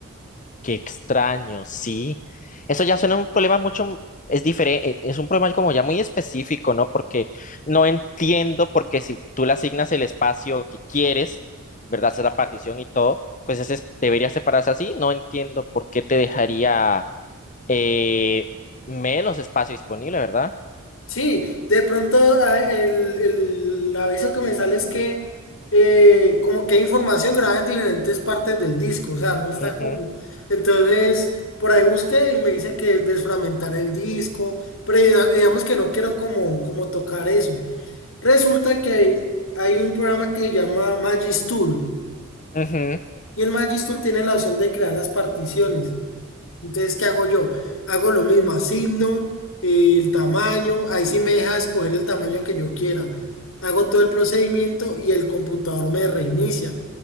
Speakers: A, on the left; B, on the left.
A: Qué extraño, sí. Eso ya suena un problema mucho, es diferente, es un problema como ya muy específico, ¿no? Porque no entiendo porque si tú le asignas el espacio que quieres, ¿verdad? Hacer la partición y todo, pues ese es- debería separarse así. No entiendo por qué te dejaría eh, menos espacio disponible, ¿verdad?
B: Sí, de pronto ah, el, el aviso que me sale es que eh, como que hay información grabada en diferentes partes del disco, o sea, no está
A: Ujú,
B: como... Entonces, por ahí busqué y me dice que desfragmentar el disco, pero diga- digamos que no quiero como, como tocar eso. Resulta que hay un programa que se llama Magistool
A: ujú.
B: y el Magistool tiene la opción de crear las particiones. Entonces, ¿qué hago yo? Hago lo mismo, asigno eh, el tamaño, ahí sí me deja escoger el tamaño que yo quiera. Hago todo el procedimiento y el computador me reinicia.